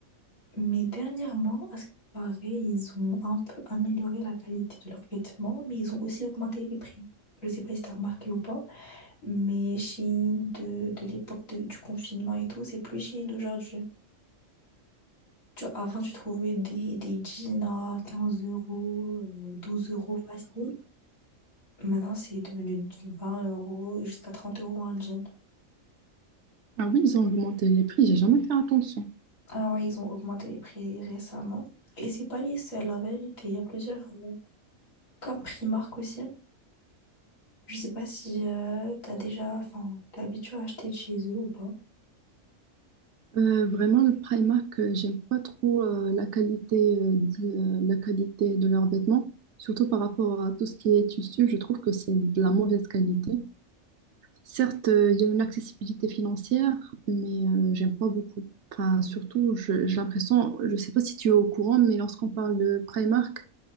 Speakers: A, on the left; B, on the right.
A: Mais dernièrement, à ce qui paraît, ils ont un peu amélioré la qualité de leurs vêtements, mais ils ont aussi augmenté les prix. Je sais pas si t'as remarqué ou pas. Mais Shein de, de l'époque de- du confinement et tout, c'est plus Shein d'aujourd'hui. Tu vois, avant, tu trouvais des, des jeans à 15 euros, euh, 12 euros facile. Maintenant, c'est devenu de 20 euros jusqu'à 30 euros un jean.
B: Ah oui, ils ont augmenté les prix, j'ai jamais fait attention.
A: Ah ouais, ils ont augmenté les prix récemment. Et c'est pas les seuls, la vérité. Il y a plusieurs, euh, comme Primark aussi. Je sais pas si euh, t'as déjà, enfin, t'es habitué à acheter de chez eux ou pas.
B: Euh, vraiment, le Primark, euh, j'aime pas trop euh, la qualité, euh, di- euh, la qualité de leurs vêtements, surtout par rapport à tout ce qui est tissu. Je trouve que c'est de la mauvaise qualité. Certes, euh, il y a une accessibilité financière, mais euh, j'aime pas beaucoup. Enfin, surtout, je- j'ai l'impression, je sais pas si tu es au courant, mais lorsqu'on parle de Primark,